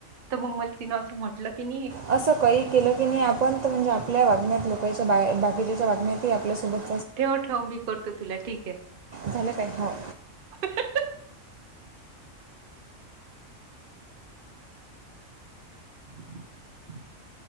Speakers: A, on the right (about 45°); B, on the right (about 85°).
A: तर मग मला तिनं असं म्हटलं की नी
B: असं काही केलं की नाही आपण म्हणजे आपल्या वागण्यात लोकच्या बाकीच्याच्या वागण्यात आपल्यासोबत
A: ठेव ठेव मी करतो तुला ठीक आहे.
B: झालं काय? हो.
A: <inaudible> <inaudible>